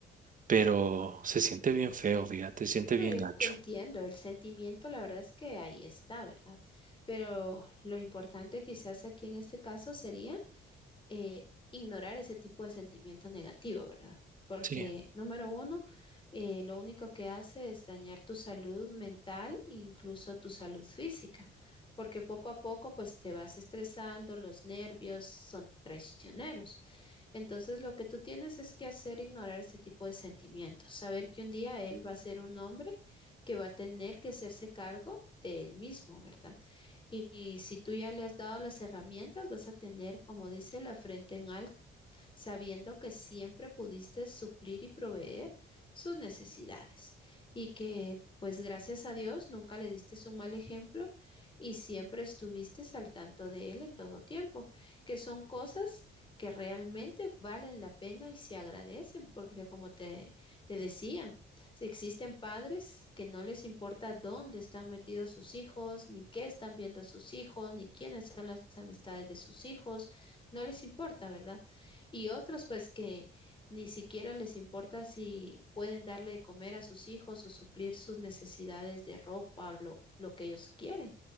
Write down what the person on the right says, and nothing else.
pero se siente bien feo, fíjate, se siente
bien
gacho.
Sí.